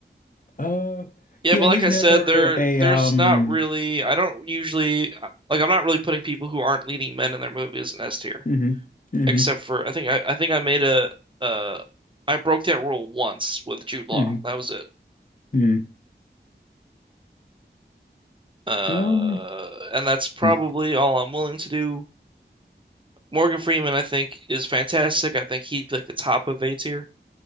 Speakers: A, on the left; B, on the right.
A: Uh,
B: yeah,
A: yeah,
B: but
A: he's
B: like I
A: never
B: said, there
A: a
B: there's
A: um.
B: not really I don't usually like I'm not really putting people who aren't leading men in their movies in S tier,
A: hmm hmm
B: except for I think I I think I made a uh I broke that rule once with Jude Law.
A: hmm
B: That was it.
A: Hmm.
B: Uh,
A: Um,
B: and that's probably
A: Mm.
B: all I'm willing to do. Morgan Freeman, I think, is fantastic. I think he'd be like the top of A tier.